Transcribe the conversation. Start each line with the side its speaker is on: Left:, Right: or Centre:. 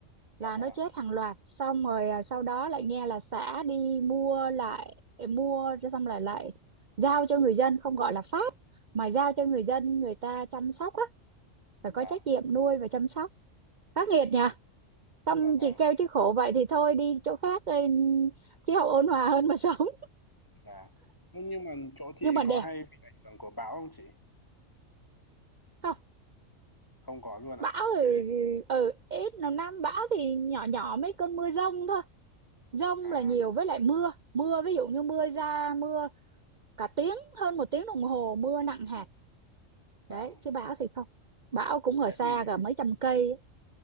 Right: là
Left: dạ vàng
Right: nó chết hàng loạt xong rồi à, sau đó lại nghe là xã đi mua lại ờ, mua cho xong lại lại giao cho người dân không gọi là phát mà giao cho người dân người ta chăm sóc á phải có
Left: vàng
Right: trách nhiệm nuôi và chăm sóc khắc nghiệt nhỉ xong
Left: dạ vàng
Right: chị kêu chứ khổ vậy thì thôi đi chỗ khác đi, khí hậu ôn hòa hơn mà <laughs> sống
Left: vàng Ơ, nhưng mà chỗ chị
Right: nhưng mà
Left: có
Right: đẹp
Left: hay bị ảnh hưởng của bão không chị
Right: không
Left: không có luôn ạ
Right: bão ở
Left: thế thì
Right: ở ít nào năm bão thì nhỏ nhỏ mấy cơn mưa dông thôi dông
Left: à
Right: là nhiều với lại mưa mưa ví dụ như mưa ra mưa cả tiếng hơn một tiếng đồng hồ mưa nặng hạt
Left: vàng
Right: đấy chứ bão thì không bão cũng ở
Left: thế
Right: xa
Left: thì
Right: cả mấy trăm cây ấy.